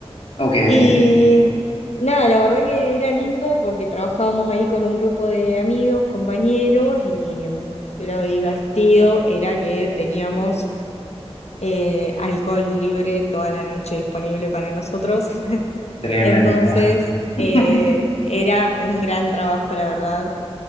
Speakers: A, on the left; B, on the left.
A: ok.
B: Y nada, la verdad que era lindo porque trabajábamos ahí con un grupo de amigos, compañeros, y mm, lo divertido era que teníamos eh, alcohol libre toda la noche disponible para nosotros. <laughs>
A: Tremendo.
B: Entonces, eh,
A: <laughs>
B: era un gran trabajo, la verdad.